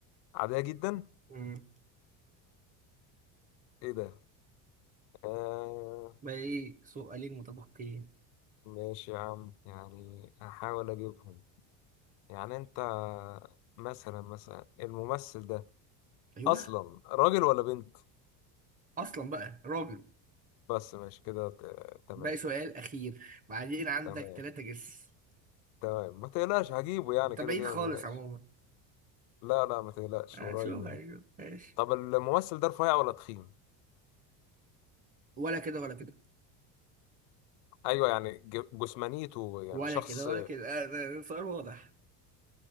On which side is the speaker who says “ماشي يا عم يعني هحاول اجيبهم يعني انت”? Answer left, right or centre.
Left